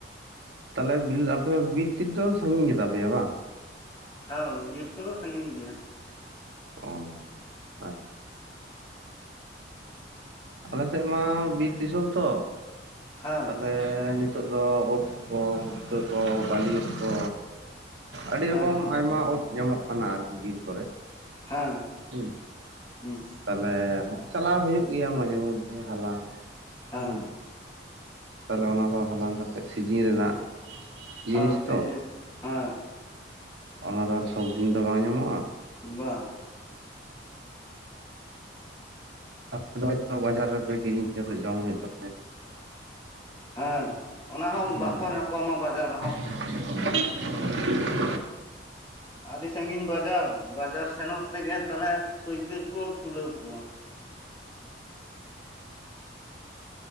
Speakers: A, on the right (about 80°); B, on the left (about 25°).
A: ᱛᱟᱦᱚᱞᱮ ᱟᱯᱮ ᱫᱚ ᱵᱤᱨ ᱴᱤᱨ ᱫᱚ ᱥᱟᱺᱜᱤᱧ ᱜᱮ ᱛᱟᱯᱮᱭᱟ ᱵᱟᱝ?
B: ᱦᱟᱹᱣ ᱵᱤᱨ ᱠᱚᱫᱚ ᱥᱟᱺᱜᱤᱧ ᱜᱮᱭᱟ᱾
A: ᱚ, ‌ᱟᱪᱪᱷᱟ᱾ ᱟᱞᱮ ᱥᱮᱫ ᱢᱟ ᱵᱤᱨ ᱫᱤᱥᱚᱢ ᱛᱚ,
B: ᱦᱮᱸ
A: ᱛᱟᱦᱚᱞᱮ ᱱᱤ ᱛᱚᱜ ᱫᱚ ᱩᱫ ᱠᱚ, ᱯᱩᱴᱠᱟᱹ ᱠᱚ, ᱵᱟᱹᱞᱤ ᱩᱫ ᱠᱚ ᱟᱰᱤ
B: ᱟᱪᱪᱷᱟ
A: ᱨᱚᱠᱚᱢ ᱟᱭᱢᱟ ᱳᱫ ᱧᱟᱢᱚᱜ ᱠᱟᱱᱟ ᱟᱨᱠᱤ ᱵᱤᱨ ᱠᱚᱨᱮ᱾
B: ᱦᱮᱸ᱾
A: ᱦᱩᱸ,
B: ᱦᱩᱸ
A: ᱛᱟ ᱛᱟᱦᱚᱞᱮ ᱦᱞᱮ ᱪᱟᱞᱟᱣ ᱦᱩᱭᱩᱜ ᱜᱮᱭᱟ ᱢᱟᱡᱷᱮᱨ ᱢᱚᱫᱽᱫᱷᱮ ᱦᱟᱞᱟᱝ᱾
B: ᱦᱮᱸ
A: ᱦᱩᱸ, ᱛᱟᱦᱚᱞᱮ
B: ᱦᱮᱸ
A: ᱚᱱᱟᱠᱚ ᱦᱟᱞᱟᱝ ᱠᱟᱛᱮᱜ ᱥᱤᱡᱤᱱ ᱨᱮᱱᱟᱜ ᱡᱤᱱᱤᱥ
B: ᱦᱚᱸ ᱥᱤᱡᱤᱱ
A: ᱛᱚ
B: ᱦᱚᱸ᱾
A: ᱚᱱᱟ ᱫᱚ ᱟᱨ ᱥᱚᱵ ᱫᱤᱱ ᱫᱚ ᱵᱟᱝ ᱧᱟᱢᱚᱜᱼᱟ,
B: ᱵᱟᱝ᱾
A: ᱟᱯᱮ ᱫᱚ ᱦᱚᱭᱛᱚ ᱵᱟᱡᱟᱨ ᱨᱮᱯᱮ ᱠᱤᱨᱤᱧ ᱠᱟᱛᱮ ᱡᱚᱢ ᱦᱩᱭᱩᱜ ᱛᱟ
B: ᱦᱮᱸ, ᱚᱱᱟ ᱦᱚᱸ
A: ᱦᱩᱸ᱾
B: ᱵᱟᱠᱚ ᱧᱟᱯᱟᱢᱟ ᱵᱟᱡᱟᱨ ᱨᱮᱦᱚᱸ᱾
A: <inaudible>
B: ᱟᱰᱤ ᱥᱟᱺᱜᱤᱧ ᱵᱟᱡᱟᱨ, ᱵᱟᱡᱟᱨ ᱥᱮᱱᱚᱜ ᱛᱮᱜᱮ ᱛᱟᱦᱚᱞᱮ ᱯᱟᱹᱭᱠᱟᱹᱨ ᱠᱚ ᱛᱩᱞᱟᱹᱣ ᱠᱚᱣᱟ᱾